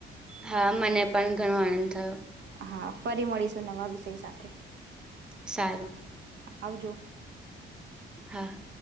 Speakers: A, in the centre; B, on the right (about 65°).
A: હા મને પણ ઘણો આનંદ થયો.
B: હા ફરી મળીશું નવા વિષય સાથે.
A: સારું.
B: આવજો.
A: હા હા.